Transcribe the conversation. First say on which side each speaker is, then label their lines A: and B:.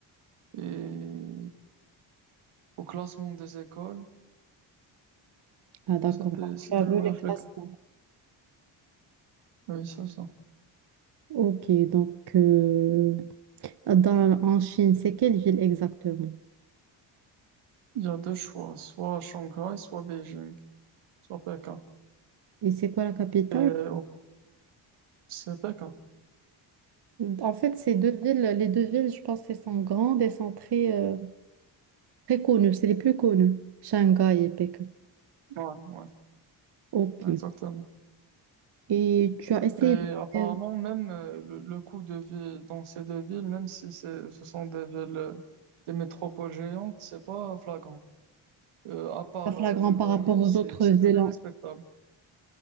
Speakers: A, on the right; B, on the right.
A: et au classement des écoles.
B: Ah, d'accord.
A: C'était,
B: Donc,
A: c'était
B: tu as vu
A: une
B: le
A: réflexion.
B: classement.
A: Oui, c'est ça.
B: Ok, donc euh, dans, en Chine, c'est quelle ville exactement?
A: Il y a deux choix, soit Shanghai, soit Beijing. Sur Pékin.
B: Et c'est quoi la capitale?
A: Et au- c'est Pékin.
B: En fait, ces deux villes, les deux villes, je pense qu'elles sont grandes et sont très, euh, très connues. C'est les plus connues, Shanghai et Pékin.
A: Ouais, ouais,
B: Ok.
A: exactement.
B: Et tu as essayé
A: Et
B: de
A: apparemment,
B: faire
A: même euh, le, le coût de vie dans ces deux villes, même si c'est, ce sont des villes, euh, des métropoles géantes, c'est pas flagrant. Euh, à part
B: pas flagrant
A: euh, le
B: par
A: loyer,
B: rapport aux
A: c'est,
B: autres
A: c'est
B: villes
A: très
B: en...
A: respectable.